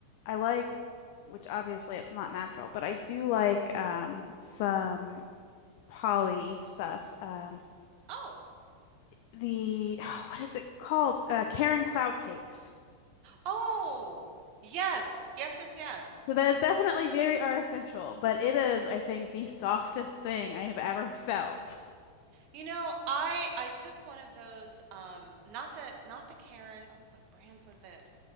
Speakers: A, on the left; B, on the right.
A: I like, which obviously it's not natural, but I do like um, some poly stuff. Um,
B: Oh,
A: the <sighs> what is it called? Uh, Karen cloud cakes.
B: oh, yes, yes, yes, yes.
A: So that is definitely very artificial, but it is, I think, the softest thing I have ever felt.
B: You know, I I took one of those, um, not the not the Karen. Oh, what brand was it?